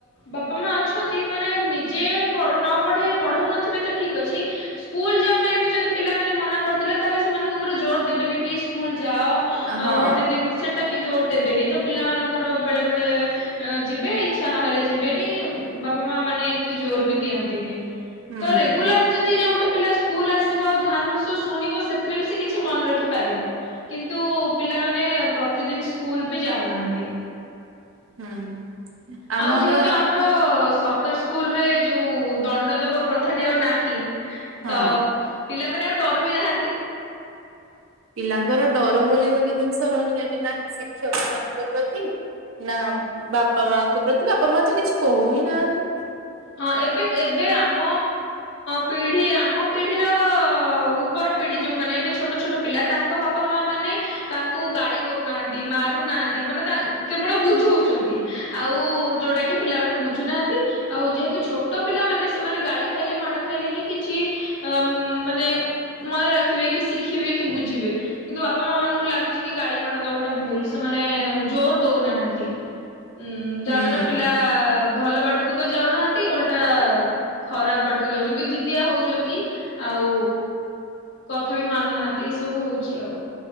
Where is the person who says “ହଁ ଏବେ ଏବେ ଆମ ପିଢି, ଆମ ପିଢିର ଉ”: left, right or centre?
Left